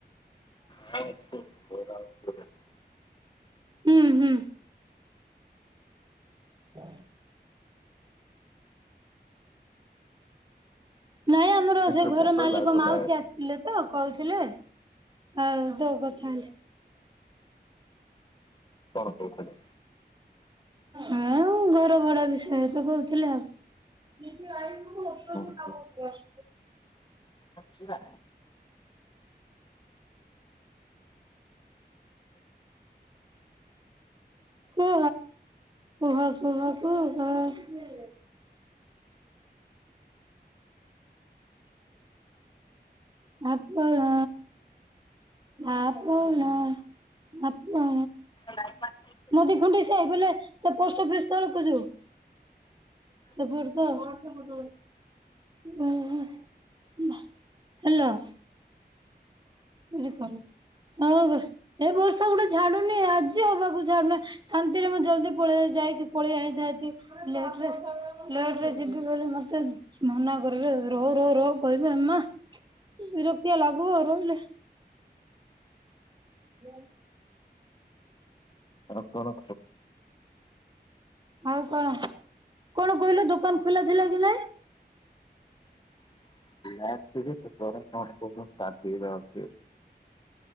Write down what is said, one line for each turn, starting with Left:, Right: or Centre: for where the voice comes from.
Left: ୟ
Right: ହୁଁ ହୁଁ ହ ନାଇଁ ଆମର
Left: କିନ୍ତୁ
Right: ସେ ଘର
Left: ଭଲ
Right: ମାଲିକ
Left: ଲାଗୁନାହିଁ
Right: ମାଉସୀ ଆସିଥିଲେ ତ କହୁଥିଲେ ଆଉ ତୋ କଥା
Left: କଣ କହୁଥିଲେ?
Right: ହଁ ଘର ଭଡ ବିଷୟରେ ତ କହୁଥିଲେି ଆଉ ଯେପି ଆଇନ ମ ଅତ୍ୟନ୍ତ
Left: ହଁ
Right: ନାମ ଆସ
Left: ଯିବା
Right: କ କୁ ହ କୁହ କୁ କ କ ଆପଣ ଆପଣ ଆପଣ
Left: ଲାଇ
Right: ନଦୀ ଖୁଣ୍ଡିେଇ ସେ ବଲେ ସେ ପୋଷ୍ଟ ଅଫିସ ତଳକୁ ଯିବ ଖବର ତ ହ ହ ହେଲ ବୁ କଲ ହଁ ଏ ବର୍ଷା ଗୋଟେ ଛାଡୁନି ଆଜି ହବାକୁ ଛାଡୁନି ଶାନ୍ତିରେ ମୁଁ ଜଲଦି ପଳେଇ ଯାଇଛି ଯାଇକି ପଳେଇଆଇଥାନ୍ତି ଲଟରେ ଯିବି ବୋଲି ମତେ ମନା କରିବ ରହୁ ରହୁ ରହୁ କହିବି ଏମା ବିରକ୍ତିଆ ଲାଗିବ ଆଉ ରହିଲେ ହଁ
Left: ଆ କଣ
Right: ଆଉ କଣ କଣ କହିଲୁ ଦୋକାନ ଖୋଲା ଥିଲା କି ନାଇଁ
Left: ର ଚା ଦ ଯ ଅଛିକି